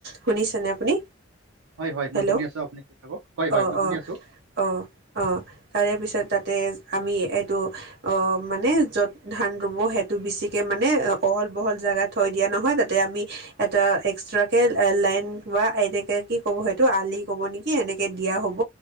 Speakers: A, on the right; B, on the right.
A: শুনিছেনে আপুনি?
B: হয় হয়, মই
A: হেল্ল'
B: শুনি আছো, আপুনি কয় থাকক, হয়,
A: অঁ
B: হয়, মই শুনি
A: অঁ
B: আছো।
A: অঁ অঁ তাৰে পিছত তাতে আমি এইটো অ, মানে য'ত ধান <unintelligible> সেইটো বেছিকে মানে অহল-বহল জাগা থৈ দিয়া নহয়, তাতে আমি এটা এক্সট্ৰাকে লাইন বা এনেকে কি ক'ব সেইটো আলি কব নেকি এনেকে দিয়া হ'ব